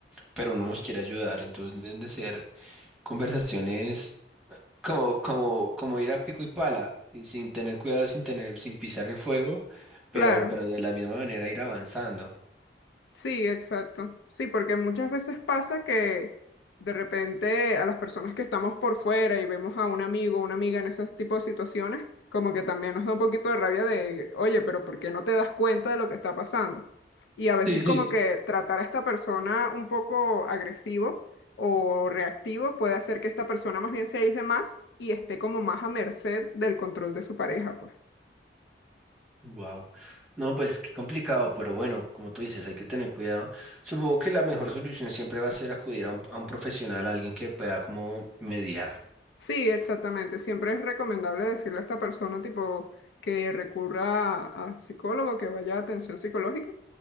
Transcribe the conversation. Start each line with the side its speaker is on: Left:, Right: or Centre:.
Centre: pero uno los quiere ayudar, entonces deben de ser conversaciones Como, como, como ir a pico y pala, y sin tener cuidado, sin tener, sin pisar el fuego, pero,
Left: Claro.
Centre: pero de la misma manera ir avanzando.
Left: Sí, exacto. Sí, porque muchas veces pasa que de repente a las personas que estamos por fuera y vemos a un amigo o una amiga en ese tipo de situaciones, como que también nos da un poquito de rabia de, oye, pero ¿por qué no te das cuenta de lo que está pasando? Y a veces
Centre: Sí, sí.
Left: como que tratar a esta persona un poco agresivo o reactivo puede hacer que esta persona más bien se aísle más y esté como más a merced del control de su pareja, pues.
Centre: Wow. No, pues qué complicado, pero bueno, como tú dices, hay que tener cuidado. Supongo que la mejor solución siempre va a ser acudir a un, a un profesional, a alguien que pueda como mediar.
Left: Sí, exactamente. Siempre es recomendable decirle a esta persona, tipo, que recurra a- al psicólogo, que vaya a atención psicológica.